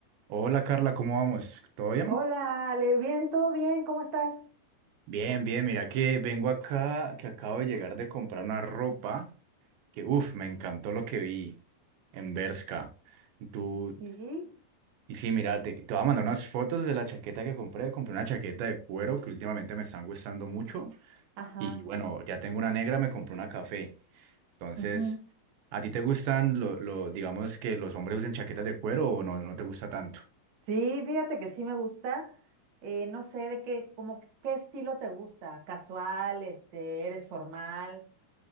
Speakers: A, on the right; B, on the right.
A: Hola Carla, ¿cómo vamos? ¿Todo bien?
B: Hola, Ale, bien, todo bien, ¿cómo estás?
A: Bien, bien, mira que vengo acá, que acabo de llegar de comprar una ropa que, uff, me encantó lo que vi en Bershka. Tú,
B: Sí,
A: y sí, mira, te, te voy a mandar unas fotos de la chaqueta que compré. Compré una chaqueta de cuero que últimamente me están gustando mucho.
B: ajá.
A: Y bueno, ya tengo una negra, me compré una café. Entonces,
B: ujú.
A: ¿a ti te gustan, lo, lo- digamos, que los hombres usen chaquetas de cuero o no, no te gusta tanto?
B: Sí, fíjate que sí me gusta. Eh, no sé de qué, como que- qué estilo te gusta, casual, este, eres formal